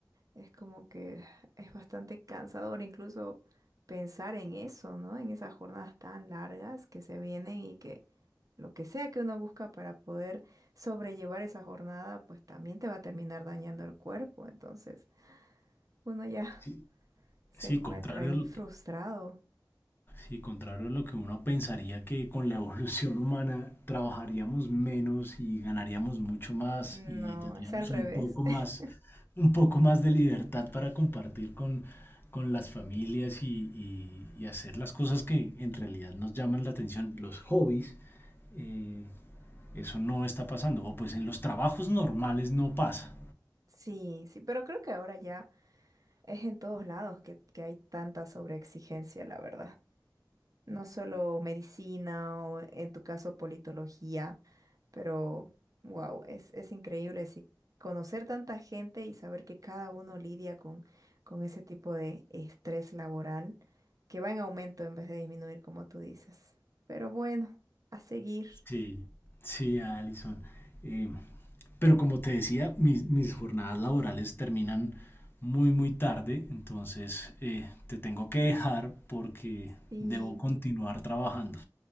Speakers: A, on the right (about 50°); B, on the left (about 30°).
A: Es como que es bastante cansador incluso pensar en eso, ¿no? En esas jornadas tan largas que se vienen y que lo que sea que uno busca para poder sobrellevar esa jornada, pues también te va a terminar dañando el cuerpo. Entonces, uno ya <laughs>
B: Sí.
A: se
B: Sí,
A: encuentra
B: contrario
A: ahí
B: a lo
A: frustrado.
B: que... Sí, contrario a lo que uno pensaría que con la <laughs> evolución humana trabajaríamos menos y ganaríamos mucho más
A: No,
B: y tendríamos
A: es al revés.
B: un poco más,
A: <laughs>
B: un poco más de libertad para compartir con, con las familias y, y- y hacer las cosas que en realidad nos llaman la atención, los hobbies, eh, eso no está pasando. O pues en los trabajos normales no pasa.
A: Sí, sí, pero creo que ahora ya es en todos lados que, que hay tanta sobreexigencia, la verdad. No solo medicina o en tu caso politología. Pero, wow, es, es increíble sí, conocer tanta gente y saber que cada uno lidia con, con ese tipo de estrés laboral que va en aumento en vez de disminuir, como tú dices. Pero bueno, a seguir.
B: Sí, sí, Alison. Eh, pero como te decía, mis, mis jornadas laborales terminan muy, muy tarde, entonces eh, te tengo que dejar porque
A: Sí,
B: debo continuar trabajando.